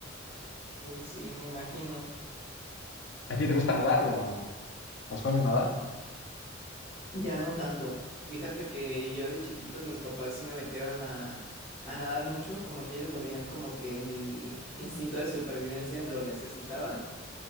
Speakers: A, on the left; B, on the left.
A: uy, sí, me imagino.
B: ¿A ti te gusta nadar o, o sueles nadar?
A: Ya no tanto. Fíjate que yo de chiquito mis papás sí me metieron a, a nadar mucho, como que ellos lo veían como que mi instinto de supervivencia lo necesitaba.